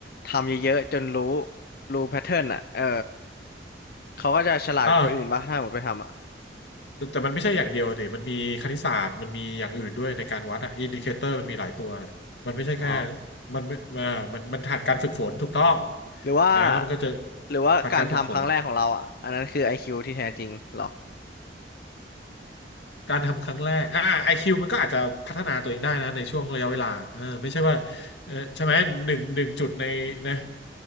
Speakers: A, on the left (about 60°); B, on the left (about 80°).
A: ทำเยอะๆจนรู้รู้แพทเทิร์นอะเออเขาก็จะฉลาดกว่าคนอื่นป่ะถ้าสมมติไปทำอะ
B: อ่าแต่แต่มันไม่ใช่อย่างเดียวดิมันมีคณิตศาสตร์มันมีอย่างอื่นด้วยในการวัดอะอินดิเคเตอร์มันมีหลายตัวมันไม่ใช่แค่
A: อ๋อ
B: มันไม่อ่ามันมันผ่านการฝึกฝนถูกต้อง
A: หรือว่า
B: นะแล้วมันก็จะ
A: หรือว่าการทำครั้งแรกของเราอะอันนั้นคือ
B: ผ่านการฝึกฝน
A: IQ ที่แท้จริงเหรอ
B: การทำครั้งแรกอ่าไอคิวมันก็อาจจะพัฒนาตัวเองได้นะในช่วงระยะเวลาเออไม่ใช่ว่าเออใช่ไหมหนึ่งหนึ่งจุดในนะ